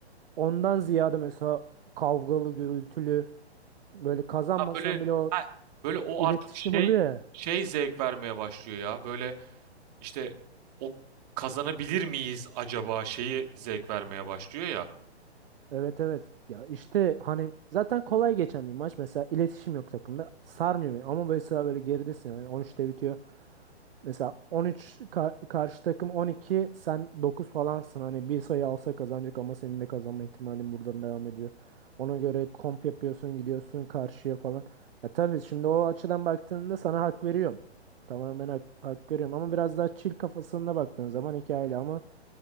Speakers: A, on the right; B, on the right.
A: Ondan ziyade mesela kavgalı, gürültülü böyle kazanmasan
B: Ha böyle
A: bile o
B: ha, böyle o
A: iletişim
B: artık şey
A: oluyor ya.
B: şey zevk vermeye başlıyor ya. Böyle işte o kazanabilir miyiz acaba şeyi zevk vermeye başlıyor ya.
A: Evet evet. Ya işte hani zaten kolay geçen bir maç. Mesela iletişim yok takımda. Sarmıyor beni. Ama mesela böyle geridesin. Yani on üçte bitiyor. Mesela 13 ka- karşı takım 12 sen 9 falansın. Hani bir sayı alsa kazanacak ama senin de kazanma ihtimalin buradan devam ediyor. Ona göre komp yapıyorsun gidiyorsun karşıya falan. Ya tabii şimdi o açıdan baktığında sana hak veriyorum. Tamamen hak, hak veriyorum ama biraz daha chill kafasına baktığın zaman hikayeli ama